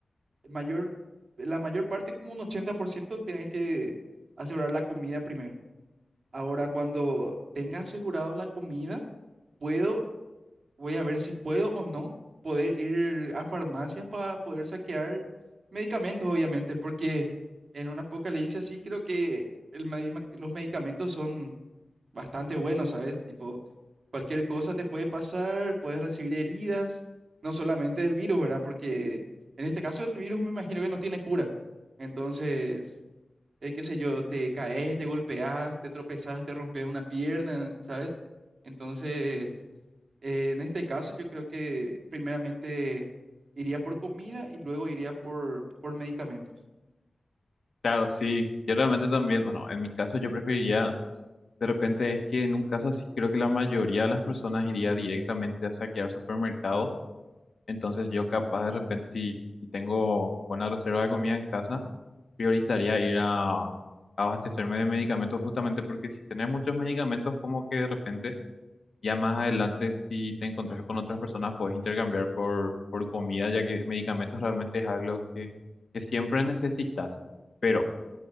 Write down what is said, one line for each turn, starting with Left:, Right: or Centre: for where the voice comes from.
Right: mayor, la mayor parte, como un 80% tenés que asegurar la comida primero. Ahora, cuando tenga asegurado la comida, puedo Voy a ver si puedo o no poder ir a farmacias para poder saquear medicamentos, obviamente, porque en un apocalipsis así creo que el medi- los medicamentos son bastante buenos, ¿sabes? Tipo, cualquier cosa te puede pasar, puedes recibir heridas, no solamente del virus, ¿verdad? Porque en este caso el virus me imagino que no tiene cura. Entonces, eh, qué sé yo, te caes, te golpeas, te tropezas, te rompes una pierna, ¿sabes? Entonces... Eh, en este caso, yo creo que primeramente iría por comida y luego iría por, por medicamentos.
Left: Claro, sí, yo realmente también, bueno, en mi caso yo preferiría De repente es que en un caso así creo que la mayoría de las personas iría directamente a saquear supermercados. Entonces yo capaz de repente si, si tengo buena reserva de comida en casa, priorizaría ir a, a abastecerme de medicamentos justamente porque si tenés muchos medicamentos como que de repente ya más adelante si te encontrás con otras personas puedes intercambiar por, por comida ya que medicamentos realmente es algo que, que siempre necesitas. Pero